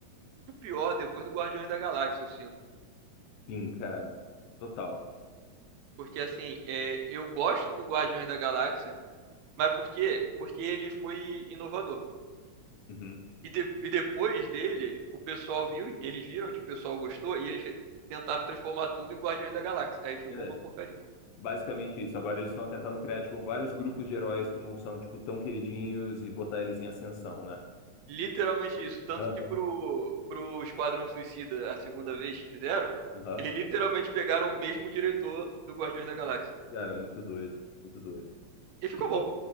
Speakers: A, on the right (about 75°); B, on the left (about 70°).
A: pior depois do Guardiões da Galáxia, eu sinto.
B: sim, cara, total.
A: Porque assim, é, eu gosto do Guardiões da Galáxia, mas por quê? Porque ele foi inovador.
B: Uhum.
A: E, de- e depois dele, o pessoal viu, eles viram que o pessoal gostou e eles tentaram transformar tudo em Guardiões da Galáxia. Aí ficou
B: é.
A: uma porcaria.
B: Basicamente isso. Agora eles estão tentando criar, tipo, vários grupos de heróis que não são, tipo, tão queridinhos e botar eles em ascensão, né?
A: Literalmente isso. Tanto
B: Aham.
A: que pro, pro Esquadrão Suicida, a segunda vez que fizeram,
B: Aham.
A: eles literalmente pegaram o mesmo diretor do Guardiões da Galáxia.
B: Cara, muito doido. Muito doido.
A: E ficou
B: Que, pô,
A: bom.